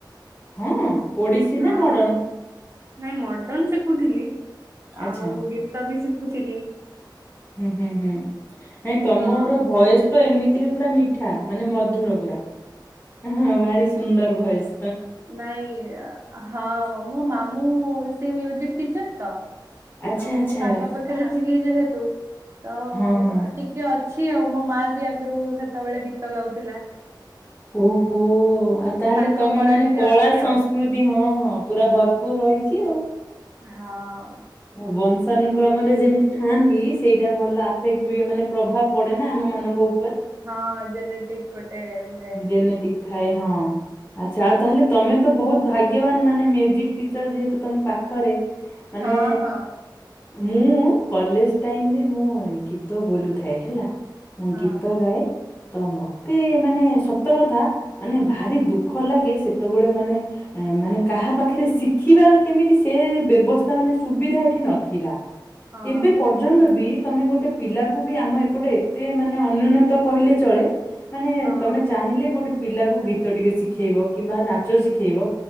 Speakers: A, on the left (about 25°); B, on the right (about 35°).
A: ହଁ ଓଡିଶୀ
B: ହଁ।
A: ନା ମଡନ୍?
B: ନାଇଁ ମଡନ୍ ଶିଖୁଥିଲି
A: ଆଚ୍ଛା
B: ଆଉ ଗୀତ ବି ଶିଖୁଥିଲି।
A: ହୁଁ ହୁଁ ହୁଁ ନାଇଁ ତମର
B: ହଁ।
A: ଭଏସ୍ ତ ଏମିତିରେ ପୁରା ମିଠା ମାନେ ମ ଧୁର ପୁରା ହଁ ଭାରି ସୁନ୍ଦର ଭଏସ୍।
B: ନାଇଁ ହଁ ମୋ ମାମୁଁ ସେ ମ୍ୟୁଜିକ୍ ଟିଚର୍ ତ
A: ଆଚ୍ଛା
B: ତ
A: ଆଚ୍ଛା
B: ମୁଁ ତାଙ୍କ ପାଖରେ ଥିଲି ଯେହେତୁ ତ
A: ହଁ ହଁ
B: ଟିକେ ଅଛି ଆଉ। ମୋ ମା ବି ଆଗରୁ ସେତେବେଳେ ଗୀତ ଗାଉଥିଲା।
A: ଓ ହୋ ଆଉ ତାହେଲେ
B: ତାଙ୍କ
A: ତମେ ମାନେ
B: ଟିକେ
A: କଳା
B: ଅଛି
A: ସଂସ୍କୃତି
B: ଆଉ
A: ହଁ ହଁ ପୁରା ଭର୍ ପୁର୍ ରହିଛି ଆଉ।
B: ହଁ।
A: ଆଉ ବଂଶାନୁକ୍ରମରେ ଯେମିତି ଥାଆନ୍ତି ସେଇଟା ଭଲ ଆଫେକ୍ଟ୍ ବି ମାନେ ପ୍ରଭାବ ପଡ଼େନା ଆମମାନଙ୍କୁ।
B: ହଁ ଜେନେଟିକ୍ ଗୋଟେ ରୁହେ।
A: ଜେନେଟିକ ଥାଏ ହଁ। ଆଛା ଆଉ ତାହେଲେ ତମେ ତ ବହୁତ ଭାଗ୍ୟବାନ୍ ମାନେ ମ୍ୟୁଜିକ୍ ଟିଚର ଯେହେତୁ ତମ ପାଖରେ ମାନେ
B: ହଁ ହଁ।
A: ମୁଁ କଲେଜ୍ ଟାଇମ୍ ରେ ମୁଁ ଗୀତ ବୋଲୁଥାଏ ହେଲା। ମୁଁ
B: ହଁ
A: ଗୀତ ଗାଏ। ତ ମତେ ମାନେ ସତ କଥା ମାନେ ଭାରି ଦୁଃଖ ଲାଗେ ସେତେବେଳେ ମାନେ ହଁ ମାନେ କାହା ପାଖେରେ ଶିଖିବାର କେମିତି ସେ ବ୍ୟବସ୍ଥା ମାନେ ସୁ ସୁବିଧା ଏଠି ନଥିଲା
B: ହଁ।
A: ଏବେ ପର୍ଯ୍ୟନ୍ତ ବି ତମେ ଗୋଟେ ପିଲାକୁ ବି ଆମ ଏପଟେ ଏତେ ମାନେ ଅନୁନ୍ନତ କହିଲେ ଚଳେ। ମାନେ
B: ହଁ
A: ତମେ ଚାହିଁଲେ ଗୋଟେ ପିଲାକୁ ଗୀତ ଟିକେ ଶିଖେଇବ କିମ୍ବା ନାଚ ଶିଖେଇବ